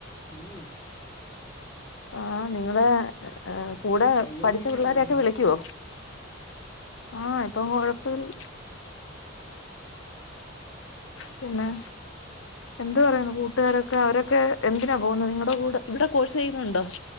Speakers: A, on the left; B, on the left.
A: പിന്നെ
B: ആഹ് നിങ്ങടെകൂടെ
A: വയ്യാഴിയൊക്കെ
B: പഠിച്ച പിള്ളാരെയൊക്കെ
A: എങ്ങനെയുണ്ട്
B: വിളിക്കുവോ ആഹ് ഇപ്പൊ കൊഴപ്പില്ല
A: ഉം
B: പിന്നെ എന്ത്തു പറയുന്നു കൂട്ടുകാരൊക്കെ അവരൊക്കെ എന്തിനാ പോകുന്നത് നിങ്ങളടെ കൂടെ ഇവിടെ കോഴ്സ് ചെയ്യുന്നുണ്ടോ